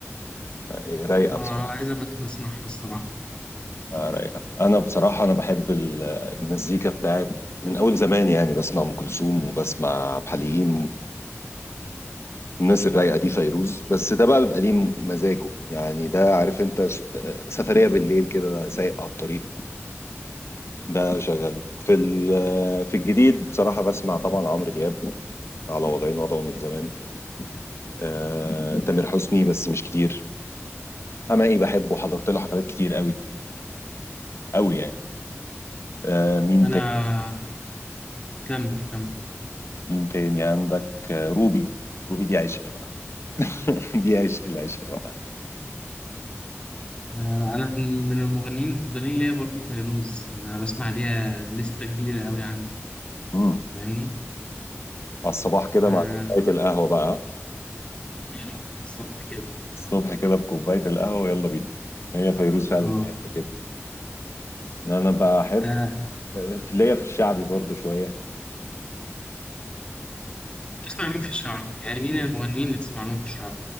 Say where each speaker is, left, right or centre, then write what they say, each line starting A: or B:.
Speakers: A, on the left; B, on the left.
A: إيه، رايقه
B: أنا
A: بصراحه
B: عايز أبقى أدخل أسمعها الصراحة
A: آه رايقه انا بصراحه انا بحب ال- المزيكا بتاعت من اول زمان يعني بسمع ام كلثوم وبسمع عبد الحليم الناس الرايقه دي فيروز بس ده بقى بيبقى ليه مزاجه يعني ده عارف انت س- آه، سفريه بالليل كده سايق على الطريق ده شغاله في ال- آه، في الجديد بصراحه بسمع طبعا عمرو دياب على وضعين وضعه من زمان آه، تامر حسني بس مش كتير حماقي بحبه حضرت له حفلات كتير قوي قوي يعني آه، مين
B: أنا
A: تاني
B: كمل كمل
A: مين تاني عندك آه، روبي روبي دي عشق بقى <laughs> دي عشق العشق بقى
B: آه أنا من المغنيين المفضلين ليا برضه فيروز أنا بسمع ليها لستة كبيرة أوي عندي
A: مم.
B: فاهمني؟
A: على الصباح كده
B: آه
A: مع كوبايه القهوه بقى
B: يعني بالظبط كده
A: الصبح كده بكوباية القهوة يلا بينا هي فيروز فعلا
B: آه
A: تحب كده ما انا بحب
B: آه،
A: ليا في الشعبي برضو شوية
B: تسمع مين في الشعب؟ يعني مين المغنيين اللي تسمع لهم في الشعب؟